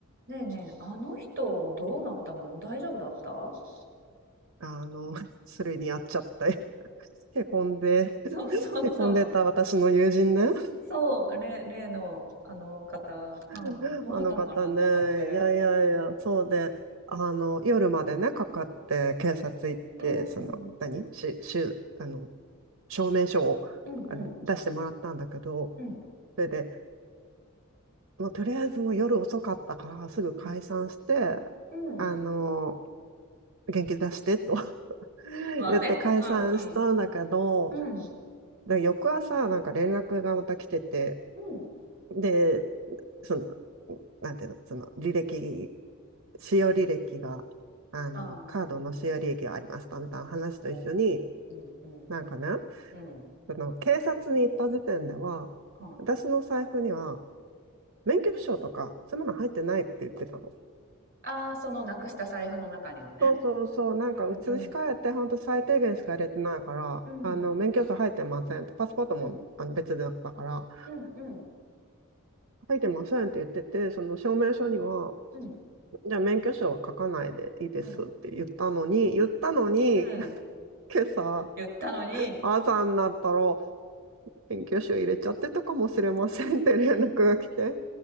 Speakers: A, on the right; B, on the right.
A: ねえねえ、あの人どうなったの大丈夫だった <laughs>
B: あの、<laughs> それにやっちゃって、<laughs> へこんで、
A: そうそうそう。
B: へこんでた私の友人ね、
A: そう、例、例のあの方、はい
B: <laughs>
A: どうなったのかなと思って。
B: あの方ね、いやいやいや、そうで、あの、夜までね、かかって警察行って、
A: うん、うん
B: その、何し、しゅ、あの、証明書をあ出してもらったんだけど、
A: うんうんうん
B: それで、もうとりあえずもう夜遅かったからすぐ解散して、
A: うんうん
B: あの、元気出してと <laughs>
A: まあね。
B: 言って解散したんだけど、
A: うんうん。うん
B: だから翌朝、なんか連絡がまた来てて、
A: うん
B: で、その、なんていうの、その履歴、使用履歴が、あの、
A: ああ、
B: カードの使用履歴がありましたみたいな話と一緒に、
A: こううんうん
B: なんかね、
A: うん。
B: その警察に行った時点では、
A: はい
B: 私の財布には免許証とか、そういうもの入ってないって言ってたの。
A: ああ、そのなくした財布の中にはね。
B: そうそうそう、なんか移し替えて、
A: うんうん
B: 本当最低限しか入れてないから、
A: うん
B: あの、免許証入ってませんと、パスポートもあの別だったから、
A: うん
B: あ
A: うんうん
B: 書いてませんって言ってて、その証明書には、
A: うん。
B: じゃあ免許証は書かないでいいですって言ったのに、
A: うん。
B: 言ったのに、
A: うん。
B: 今朝、
A: 言ったのに。
B: 朝になったら、免許証入れちゃってたかもしれませんって連絡が来て、